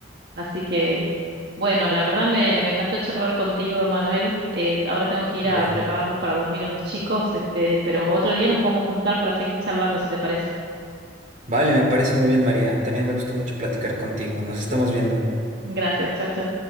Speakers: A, on the right; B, on the right.
A: Así que, bueno, la verdad me, me encantó charlar contigo, Emanuel. Eh, ahora tengo que ir
B: Igual.
A: a prepararlos para dormir a los chicos, este, pero otro día nos podemos juntar para seguir charlando, si te parece.
B: Vale, me parece muy bien, María. También me gustó mucho platicar contigo. Nos estamos viendo.
A: Gracias, chao, chao.